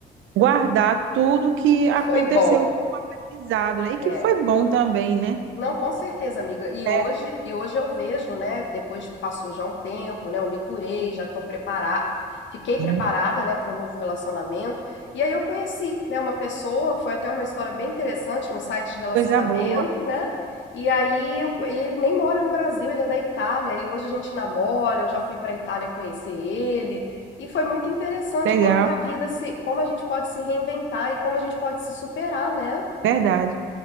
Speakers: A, on the right (about 75°); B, on the left (about 65°).
A: guardar tudo que aconteceu
B: E foi bom.
A: com o aprendizado, né? E
B: É.
A: que foi bom também, né?
B: Não, com certeza, amiga. E hoje,
A: É,
B: e hoje eu vejo, né? Depois de- passou já um tempo, né? Eu me curei, já estou preparada, fiquei
A: Sim.
B: preparada, né, para um novo relacionamento. E aí eu conheci, né, uma pessoa, foi até uma história bem interessante num site de relacionamento,
A: coisa boa.
B: né? E aí eu- ele nem mora no Brasil, ele é da Itália. E hoje a gente namora, eu já fui para a Itália conhecer ele. E foi muito interessante
A: Legal,
B: como que a vida se, como a gente pode se reinventar e como a gente pode se superar, né?
A: verdade.